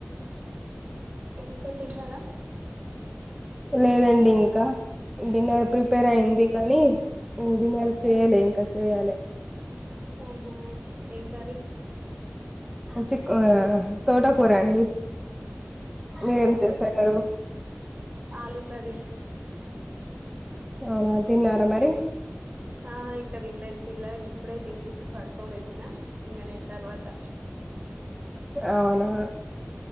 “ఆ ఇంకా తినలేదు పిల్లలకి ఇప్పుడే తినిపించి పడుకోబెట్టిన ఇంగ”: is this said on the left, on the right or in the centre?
Right